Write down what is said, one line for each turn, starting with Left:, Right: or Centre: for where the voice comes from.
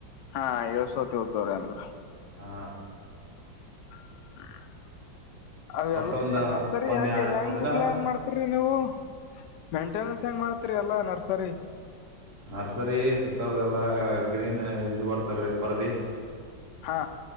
Left: ಹಾ ಇಳ್ಸ್ಕೊತೆವ್ ತೊಗರಿ ಅಂದ್ರ.
Right: ಹಾ
Left: <unintelligible> ಅವೆಲ್ಲಾ
Right: ಒಟ್ಟ ಒಂದ
Left: ನರ್ಸರಿ
Right: ಒಂದ್
Left: ಹೆಂಗ
Right: ಎರಡ್
Left: ಹೆಂಗ
Right: ಮೂರ್ ದಿನ
Left: ಪ್ಲಾನ್ ಮಾಡ್ತಿರಿ ನೀವು? ಮೇಂಟನೆನ್ಸ್ ಹೆಂಗ್ ಮಾಡ್ತರಿ ಅಲ್ಲಾ ನರ್ಸರಿ.
Right: ನರ್ಸರಿ ಸುತ್ತಾರದೆಲ್ಲಾ ಗ್ರೀನ್ ಇದ ಬರ್ತದಲ್ರಿ ಪರ್ದಿ.
Left: ಹಾ